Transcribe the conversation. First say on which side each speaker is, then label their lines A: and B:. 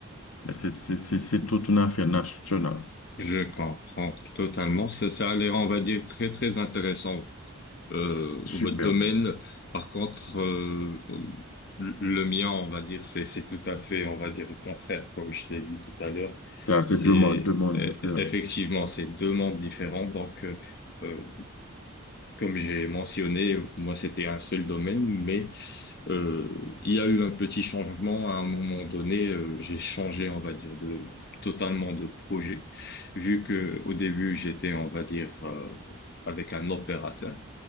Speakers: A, on the left (about 75°); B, on the left (about 45°).
A: Mais c'est c'est- c'est- c'est toute une affaire nationale.
B: Je comprends totalement. Ça, ça a l'air, on va dire, très, très intéressant, euh,
A: Super.
B: votre domaine. Par contre, euh, le le mien, on va dire, c'est, c'est tout à fait, on va dire, le contraire, comme je l'ai dit tout à l'heure.
A: Ça, C'est
B: C'est,
A: deux mondes, deux mondes
B: euh,
A: différents.
B: effectivement, c'est deux mondes différents. Donc, euh, euh, comme j'ai mentionné, moi c'était un seul domaine, mais euh, il y a eu un petit changement à un moment donné. euh, j'ai changé, on va dire, de totalement de projet, vu que au début j'étais, on va dire, euh, avec un opérateur,